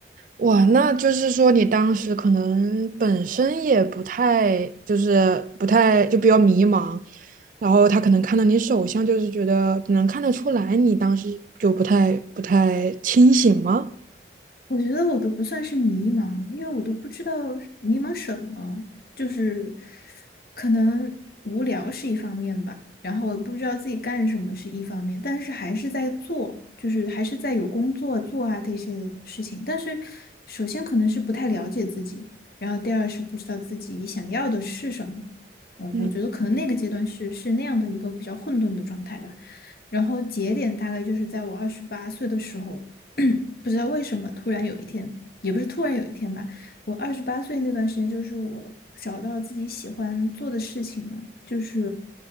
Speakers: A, on the right (about 45°); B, on the left (about 55°).
A: 哇，那就是说你当时可能本身也不太，就是不太就比较迷茫，然后他可能看到你手相，就是觉得能看得出来你当时就不太不太清醒吗？
B: 我觉得我都不算是迷茫，因为我都不知道是迷茫什么，就是可能无聊是一方面吧，然后我不知道自己干什么是一方面，但是还是在做，就是还是在有工作做啊这些事情。但是首先可能是不太了解自己，然后第二是不知道自己想要的是什么。嗯，
A: 嗯。
B: 我觉得可能那个阶段是是那样的一个比较混沌的状态吧。然后节点大概就是在我二十八岁的时候。<clears throat> 不知道为什么，突然有一天，也不是突然有一天吧，我二十八岁那段时间，就是我找到自己喜欢做的事情嘛，就是